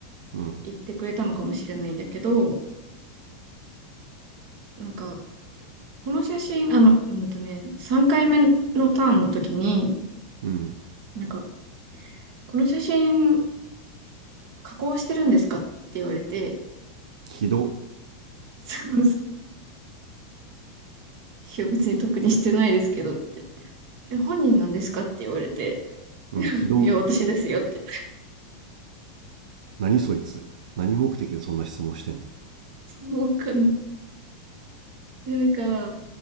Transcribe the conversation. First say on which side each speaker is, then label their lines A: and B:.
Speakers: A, on the right; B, on the right.
A: う。うん。
B: 言ってくれたのかもしれないんだけど、なんか、この写真、あの、うんとね、3回目のターンの時に、
A: うん。
B: なんか、この写真加工してるんですかって言われて、
A: ひど。
B: そういや別に特にしてないですけどって。え、本人なんですかって言われて、
A: うん、
B: <laughs>
A: ひど。
B: いや、私ですよって。
A: 何そいつ。何目的でそんな質問してんねん。
B: もうわかんで、なんか、